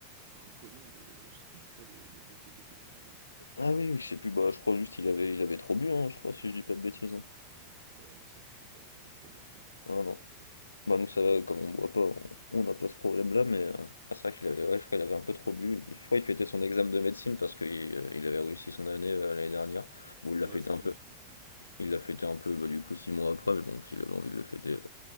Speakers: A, on the right (about 45°); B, on the left (about 75°).
A: pas un coma, mais euh, je sais plus pourquoi il y a les pompiers qui étaient venus. euh.
B: Ah oui, oui, je sais plus, bah, je crois juste il avait il avait trop bu, hein, je crois, si je dis pas de bêtises, hein.
A: Ah Ouais, non, ça, c'est- faut pas, faut pas trop boire comme ça,
B: Non,
A: ça,
B: non.
A: c'est sûr.
B: Bah, nous, ça va, comme on boit pas, on on n'a pas ce problème-là, mais euh, ah, c'est vrai qu'il avait, ouais, je crois qu'il avait un peu trop bu. Il- Je crois qu'il fêtait son examen de médecine parce qu'il euh, il avait réussi son année euh, l'année dernière. Bon, il l'a
A: Ouais,
B: fêté
A: ça,
B: un
A: je
B: peu,
A: me souviens pas, non.
B: il l'a fêté un peu, bah, du coup, six mois après, mais bon, s'il avait envie de le fêter, euh,